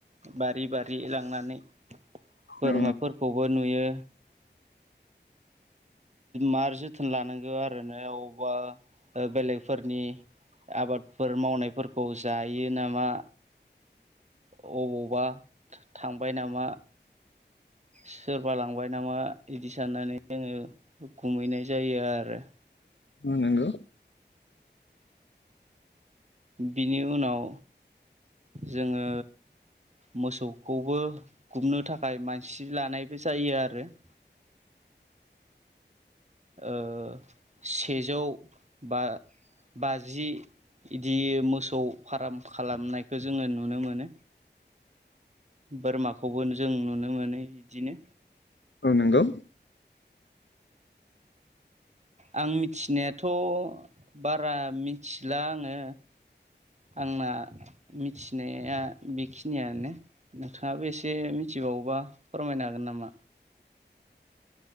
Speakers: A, on the right; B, on the left.
A: बारि बारि लांनानै बोरमाफोरखौबो
B: औ
A: नुयो। मार जोथोन लानांगौ आरो ना अबावबा बेलेगफोरनि आबादफोर मावनायफोरखौ जायो नामा अबावबा थांबाय नामा सोरबा लांबाय नामा बिदि साननानै जोङो गुमहैनाय जायो आरो
B: औ नांगौ
A: बिनि उनाव जोङो मोसौखौबो गुमनो थाखाय मानसि लानायबो जायो आरो <inaudible> ओ सेजौ बा बाजि बिदि मोसौ फार्म खालामनायखौ जोङो नुनो मोनो बोरमाखौबो जों नुनो मोनो बिदिनो
B: औ नंगौ
A: आं मिथिनायाथ' बारा मिथिला आङो आंना मिथिनाया बेखिनियानो नोंथाङाबो एसे मिथिबावोबा फोरमायनो हागोन नामा